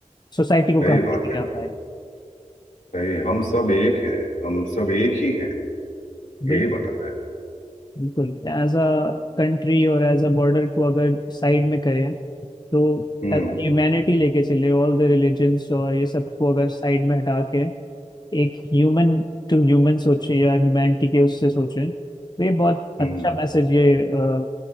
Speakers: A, on the left (about 30°); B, on the left (about 75°).
A: सोसाइटी को
B: सही
A: कहाँ आगे
B: बात है
A: जा पाएगा
B: सही हम सब एक हैं हम सब एक ही हैं यही
A: बिल
B: बता रहा है
A: बिल्कुल एज अ कंट्री और एज अ बॉर्डर को अगर साइड में करें तो
B: हम्म
A: एज ह्यूमैनिटी लेके चले ऑल द रिलीजन्स और ये सब को अगर साइड में हटा के एक ह्यूमन टू ह्यूमन सोचे या ह्यूमैनिटी के उससे सोचें तो ये बहुत
B: हम्म
A: अच्छा मैसेज ये अ,